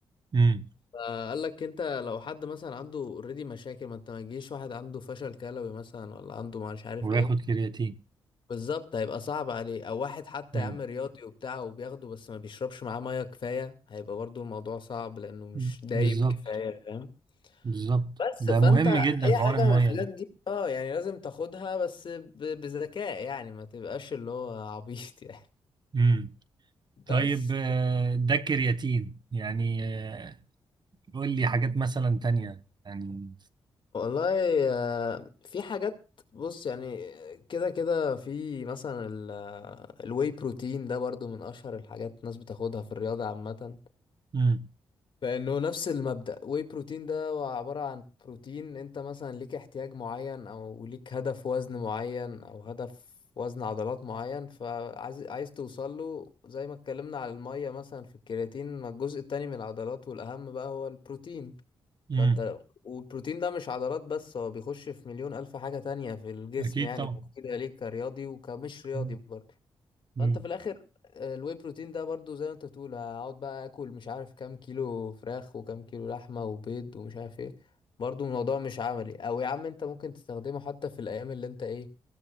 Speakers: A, on the right; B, on the left.
A: مم.
B: فقال لك انت لو حد مثلا عنده اوريدي مشاكل ما انت ما تجيش واحد عنده فشل كلوي مثلا ولا عنده مش عارف
A: وياخد
B: ايه
A: كرياتين
B: بالظبط هيبقى صعب عليه او واحد حتى
A: مم.
B: يا عم رياضي وبتاع وبياخده بس ما بيشربش معاه ميه كفايه هيبقى برضو الموضوع صعب لانه مش
A: مم.
B: دايب
A: بالظبط
B: كفايه فاهم
A: بالظبط
B: بس
A: ده
B: فانت
A: مهم جدا
B: اي
A: حوار
B: حاجه
A: الميه
B: من الحاجات
A: ده
B: دي اه يعني لازم تاخدها بس ب- بذكاء يعني ما تبقاش اللي هو عبيط <laughs> يعني
A: مم.
B: بس
A: طيب آه، ده الكرياتين يعني آه، قول لي حاجات مثلا تانية يعني
B: والله آه، في حاجات بص يعني كده كده في مثلا الواي بروتين ده برضو من اشهر الحاجات الناس بتاخدها في الرياضه عامه
A: مم.
B: لانه نفس المبدأ واي بروتين ده هو عبارة عن بروتين انت مثلا ليك احتياج معين او ليك هدف وزن معين او هدف وزن عضلات معين فعايز عايز توصل له زي ما اتكلمنا على المية مثلا في الكرياتين ما الجزء التاني من العضلات والاهم بقى هو البروتين
A: مم.
B: فانت والبروتين ده مش عضلات بس هو بيخش في مليون الف حاجة تانية في الجسم
A: اكيد
B: يعني
A: طبعا
B: مفيدة ليك كرياضي وكمش رياضي
A: مم.
B: برضه
A: مم.
B: فانت في الاخر آه، الواي بروتين ده برضو زي ما انت بتقول هقعد بقى اكل مش عارف كام كيلو فراخ وكام كيلو لحمه وبيض ومش عارف ايه برضو الموضوع مش عملي او يا عم انت ممكن تستخدمه حتى في الايام اللي انت ايه